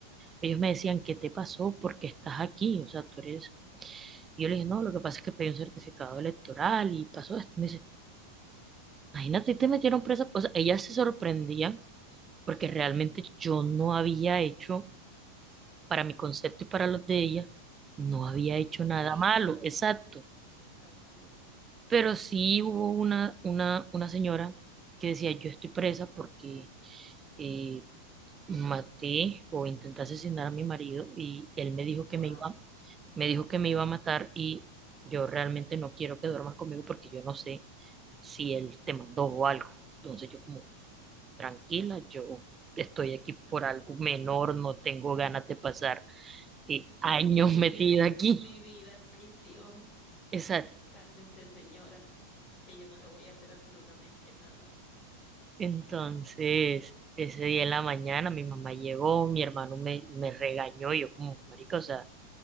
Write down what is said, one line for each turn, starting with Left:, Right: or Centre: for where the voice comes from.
Right: Ellos me decían, ¿qué te pasó? ¿Por qué estás aquí? O sea, tú eres... Y yo le dije, no, lo que pasa es que pedí un certificado electoral y pasó esto. Me dice, imagínate, te metieron presa. O sea, ellas se sorprendían porque realmente yo no había hecho para mi concepto y para los de ella, no había hecho
Left: Un
Right: nada
Left: delito,
Right: malo, exacto.
Left: exactamente.
Right: Pero sí hubo una, una, una señora que decía, yo estoy presa porque eh, maté o intenté asesinar a mi marido y él me dijo
Left: Wow.
Right: que me iba, me dijo que me iba a matar y yo realmente no quiero que duermas conmigo porque yo no sé si él te mandó o algo. Entonces yo como, tranquila, yo estoy aquí por algo menor, no tengo ganas de pasar eh,
Left: <laughs>
Right: años
Left: Mi vida,
Right: metida aquí.
Left: mi vida en prisión.
Right: Exacto.
Left: Cálmese, señora, que yo no le voy a hacer absolutamente nada.
Right: Entonces, ese día en la mañana mi mamá llegó, mi hermano me, me regañó, y yo como, marica, o sea,